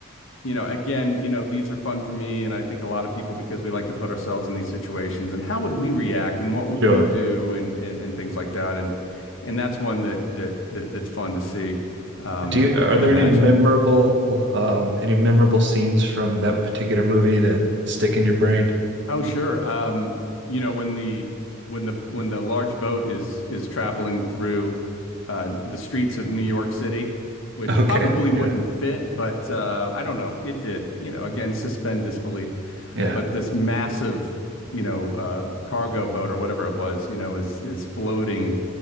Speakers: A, on the left; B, on the right.
A: you know, again, you know, these are fun for me and I think a lot of people because we like to put ourselves in these situations and how would we react and what would
B: Sure.
A: we do and and, and things like that and and that's one that that that that's fun to see um
B: Do you, are
A: and
B: there
A: imagine.
B: any memorable um, any memorable scenes from that particular movie that stick in your brain?
A: Oh, sure. Um, you know, when the when the when the large boat is is traveling through uh, the streets of New York City, which
B: <laughs> Okay.
A: probably wouldn't
B: Yeah.
A: fit, but uh, I don't know, it did. You know, again, suspend disbelief.
B: Yeah.
A: But this massive, you know, uh, cargo boat or whatever it was, you know, is is floating